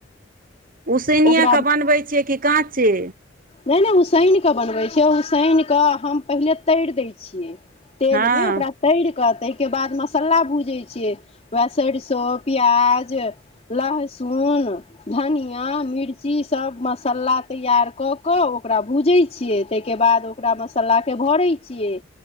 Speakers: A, on the right; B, on the left.
A: उसैनियेके
B: ओकरा
A: बनबै छियै की काँचे
B: नैय नैय उसैन कऽ बनबै छियै, उसैन कऽ हम पहिले तरि दै छियै। तेल
A: हँ
B: मे ओकरा तैर कऽ तैय के बाद मसला भूजैय छियै, उएह सरिसो प्याज लहसुन, धनिया, मिर्ची सब मसल्ला तैयार कऽ कऽ ओकरा भूजैय छियै, तैय के बाद ओकरा मसलाक के भरै छियै।